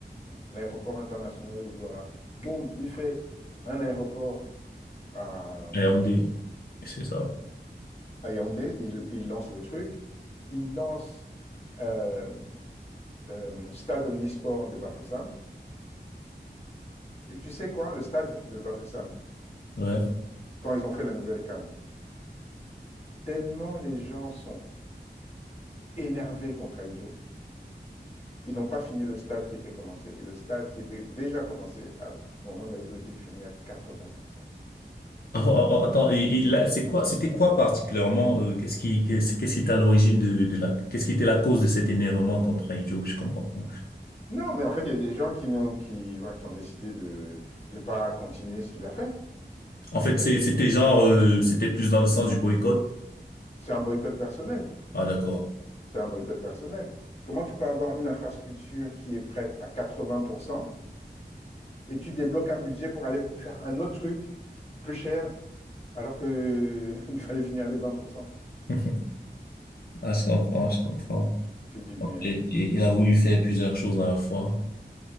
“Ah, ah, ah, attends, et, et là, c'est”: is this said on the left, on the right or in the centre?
Left